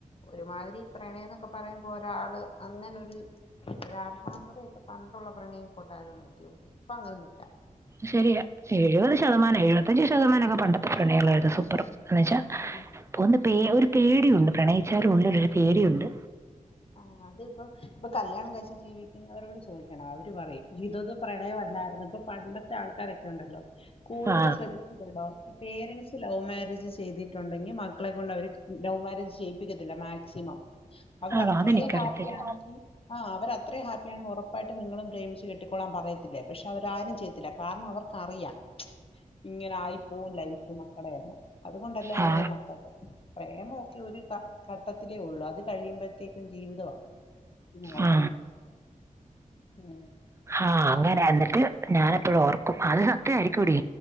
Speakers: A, on the left; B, on the right.
A: ഒരുമാതിരി പ്രണയം എന്നൊക്കെ പറയുമ്പോ ഒരാള് അങ്ങനൊരു ഒരാത്മാർത്ഥതയൊക്കെ പണ്ട് ഇപ്പൊള്ള പ്രണയം ഉണ്ടായിന്ന് എനിക്ക് തോന്നി ഇപ്പ അങ്ങനെന്നല്ല
B: ശരിയ എഴുപത് ശതമാനം എഴുപത്തഞ്ചു ശതമാനക്കെ പണ്ടത്തെ പ്രണയമായിരുന്നു സൂപ്പർ എന്നന്ന് വെച്ചാ
A: ആഹ്
B: പോകുന്ന പേ ഒരു പേടിയുണ്ട് പ്രണയിച്ചാരു ഉള്ള ഒരു പേടിയുണ്ട്
A: ആഹ് അതിപ്പോ ഇപ്പൊ കല്യാണം കഴ്ച്ചച്ച് ജീവിക്കുന്നവരോട് ചോദിക്കണം അവ <unintelligible> ഇതൊ പ്രണയമല്ലായിരുന്നു ഇപ്പൊ പണ്ടത്തെ ആൾക്കാരൊക്കെ ഉണ്ടല്ലോ കൂടുതൽ
B: ആ
A: ശ്രദ്ധ ണ്ടോ ഈ പേരന്റ്സ് ലവ് മാരേജ് ചെയ്തിട്ടുണ്ടെങ്കിൽ മക്കളെ കൊണ്ട് അവര് ലവ് മാരേജ് ചെയ്യിപ്പിക്കത്തില്ല മാ ക്സിമം അവര്
B: ആണോ
A: അത്രേ
B: അതെനിക്കറിയത്തില്ല
A: ഹാപ്പിയാണെങ്കിൽ ആഹ് അവർ അത്രയും ഹാപ്പിയാണ് ഉറപ്പായിട്ട് നിങ്ങളും പ്രേമിച്ച് കെട്ടിക്കൊള്ളാൻ പറയ ത്തില്ല പക്ഷെ അവരാരും ചെയ്യത്തില്ല കാരണം അവർക്ക്റിയാം ഇങ്ങനെ ആയി പോവും ലൈഫ് മക്കടെയന്ന് അതുകൊണ്ടല്ലേ
B: ആ
A: അങ്ങനെ നടക്കാത്തെ പ്രേമമൊക്കെ ഒരു ഘട്ടത്തിലേ ഉള്ളൂ അത് കഴിയുമ്പോഴത്തേക്ക് ജീവിതമാ ഇങ്ങോട്ട്
B: ആ
A: ഉം
B: ആഹ് അങ്ങനെ എന്നിട്ട് ഞാന എപ്പോഴും ഓർക്കും അത് സത്യമായിരിക്കുംടി